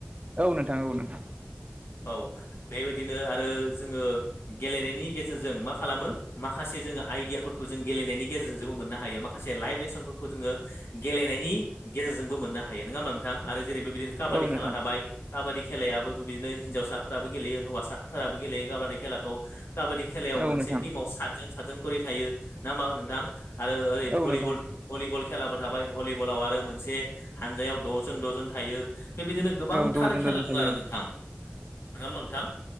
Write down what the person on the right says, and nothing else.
औ नोंथां औ नोंथां।
औ नोंथां
औ
नोंथां
औ
नोंथां
औ द'जोन
द'जोन
थायो